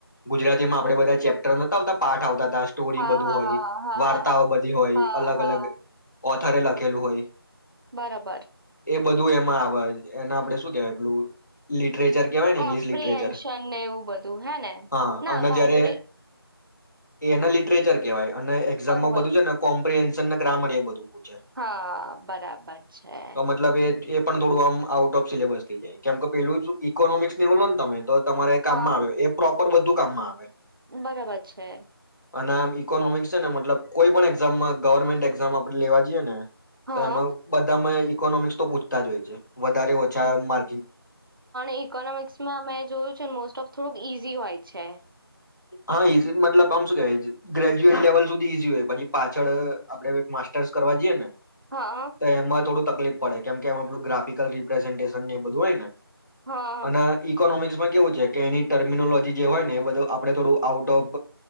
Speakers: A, on the left; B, on the right.
A: ગુજરાતીમાં આપણે બધા ચેપ્ટર નોતા આવતા પાઠ આવતા આ સ્ટોરી
B: હા
A: બધું
B: હા
A: હોય,
B: હા હા
A: વાર્તાઓ
B: હા હા
A: બધી હોય
B: હા
A: અલગ-અલગ
B: હા
A: ઓથારે લખેલું હોય.
B: બરાબર.
A: એ બધું એમાં આવા એના આપડે શું કેવાય પેલું લિટ ટ્રેજર કવાય ને
B: કોમ્પ્રિહેન્શન
A: ઇલિટરેજર,
B: ને એવું બધું હે ને
A: હા
B: ના
A: અને
B: કોમ્પ્રિ
A: જ્યારે એના લિટરેચર કેવાય અને માં છે
B: બરોબર
A: ને બધું કો પ્રિએશન ને ગ્રામર એ બધું. પૂછે
B: હા બરાબર છે.
A: તો મતલબ એ એ પણ થોડું આમ આઉટ ઓફ સિલેબસ થઇ જાય. કેમ કે પેલું જ ઇકોનોમિક્સ નેવલો ને તમે. તો તમારે કામમાં
B: હા
A: આવે, એ પરોપ ર બધું કામમાં આવે.
B: બરાબર છે.
A: અને આમ ઈકોનોમિક્સ છે ને મતલબ કોઈ પણ એક્ઝામમાં ગવર્મેન્ટ એક્ઝામ આપડે લેવા જઈએ ને
B: હા
A: તો એમાં બધામાં એની ઇનોમિક્ તો પૂછતા જ હોય છે. વધારે ઓછા મા.
B: ઈકોનોમિક્સમાં મે જોયું છે મોસ્ટ ઓફ થોડુંક ઈઝી હોય છે.
A: હા ઈઝી મતલબ આમ શું કેવાય ગ્રેજ્યુએટ લેવલ સુધી ઈઝી હોય પછી પાછળ આપડે માસ્ટર્સ કરવા જઈએ ને.
B: હા
A: તો એમાં થોડું તક. તકલીફ પેડે કેમ કે એમ આપણું ગ્રાિકલ રિપ્રેઝેન્ટેશન બધું હોય ને.
B: હા
A: અને ઇકોનોમિક. એમાં કેવું છે કે એની ટર્મિનોલોજી જે હોય ને એ બધું આપડે થોડું આઉટ ઓફ